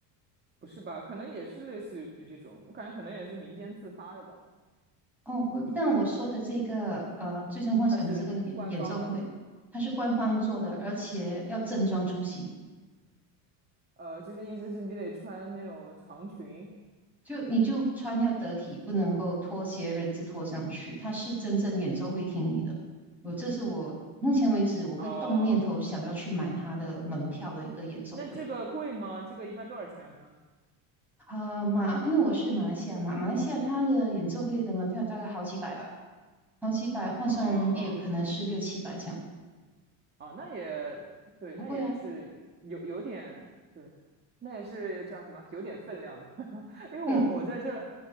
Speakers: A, on the right; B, in the centre.
A: 不是吧？可能也是类似于这种，我感觉可能也是民间自发的吧。
B: 哦，不，但我说的这个呃，《最终幻想》的这个演演奏会，
A: 它是官方的，是吗？
B: 它是官方做的，而且要正装出席，
A: 呃，就是意思是你得穿那种长裙。
B: 就你就穿要得体，不能够拖鞋、人字拖上去。它是真正演奏会厅里的，我这是我目前为止我会动念头想要去买它的门票的一个演奏会。
A: 哦，那这个贵吗？这个一般多少钱呢？
B: 啊、马，因为我是马来西亚嘛，马来西亚它的演奏会的门票大概好几百吧，好几百换算人民币可能是六七百这样，
A: 哦哦哦，那也对，
B: 不贵啊。
A: 那也是有有点对，那也是叫什么？有点分量的，<laughs> 因为我我在这
B: 嗯，